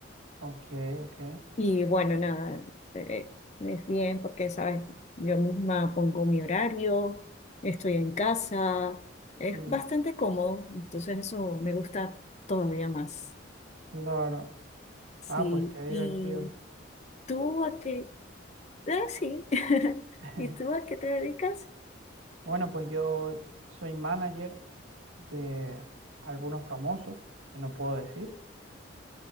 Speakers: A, on the right; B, on the left.
A: Ok, ok,
B: Y bueno, nada, eh, eh, es bien porque, sabes, yo misma pongo mi horario, estoy en casa, es
A: mm,
B: bastante cómodo, entonces eso me gusta todavía más.
A: claro.
B: Sí,
A: Ah, pues qué divertido.
B: ¿y tú a qué? Ah, sí. <laughs>
A: <laughs>
B: ¿Y tú a qué te dedicas?
A: Bueno, pues yo soy manager de algunos famosos, que no puedo decir.